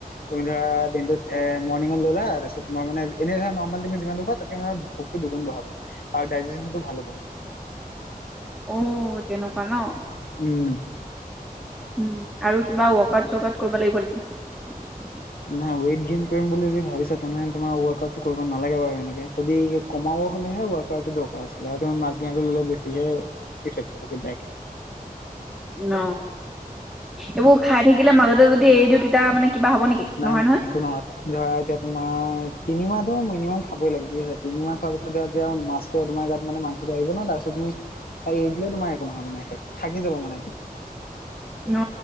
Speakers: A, on the left; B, in the centre.
A: তুমি ধৰা দিনটোত এ মৰ্ণিঙত ল'লা তাৰপিছত তোমাৰ মানে এনে ধৰা নৰ্ম তুমি যিমান দুখোৱা তাতে মে ভোকটো দুগুণ বঢ়াব আৰু ডাইজিনটো ভাল হব।
B: অ, তেনেকুৱা ন।
A: উম,
B: উম, আৰু কিবা ৱক আট চকট কৰিব লাগিব নেকি।
A: নাই ৱেইট গেইন কৰিম বুলি যদি ভাবিছা তেনেহলে তোমাৰ ৱৰ্কআউটটো কৰিব নালাগে বাৰু এনেকে য কমও হলেহে ৱৰ্কআউট টো দৰকাৰ আছিলে আৰু মাছলে বেছি ইফেক্ট পৰিব বেয়াকে। <inaudible>
B: ন এইবোৰ খাই থাকিলে মাজতে যদি এৰি দিওঁ তেতিয়া মানে। কিবা হ'ব নেকি
A: নাই
B: নহয়
A: - নাই এনেো নহয় ধৰা এতিয়া তোমাৰ তিনিমাহটো মিনিমাম খাবই লাগে ঠিক আছে তিনিমাহ খোৱাৰ পিছত। এতি মাছটো তমাৰ গাত মানে মাংসটো আহিব ন তাৰিছত তুমি ত এই দিলও তো মাৰ একো নহ হয় মান থাকি দিব মানে।
B: অ,